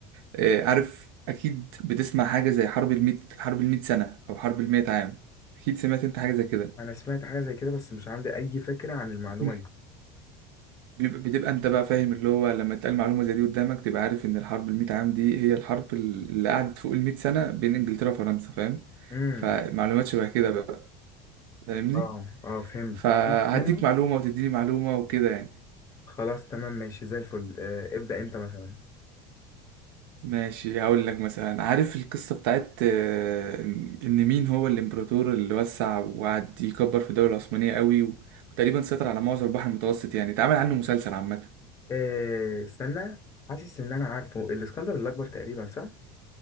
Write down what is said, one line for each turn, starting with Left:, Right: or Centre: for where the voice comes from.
Right: آه، عارف أكيد بتسمع حاجة زي حرب الميت حرب الميت سنة أو حرب الميت عام أكيد سمعت أنت حاجة زي كده
Left: انا سمعت حاجه زي كده بس مش عندي اي فكره عن المعلومه
Right: مم.
Left: دي
Right: بيبقى بتبقى أنت بقى فاهم اللي هو لما تقال معلومة زي دي قدامك تبقى عارف إن الحرب الميت عام دي هي الحرب اللي قعدت فوق الميت سنة بين إنجلترا وفرنسا فاهم
Left: امم
Right: فمعلومات شبه كده بقى فاهمني
Left: اه اه فهمت
Right: فهديك
Left: انا
Right: معلومة وتديني معلومة وكده يعني
Left: خلاص تمام ماشي زي الفل آه، ابدأ انت مثلا
Right: ماشي هقول لك مثلا عارف القصة بتاعت آه، إن إن مين هو الإمبراطور اللي وسع وقعد يكبر في الدولة العثمانية قوي و- وتقريبا سيطر على معظم البحر المتوسط يعني اتعمل عنه مسلسل عامة
Left: إيه استنى حاسس ان انا عارفه الاسكندر الاكبر تقريبا صح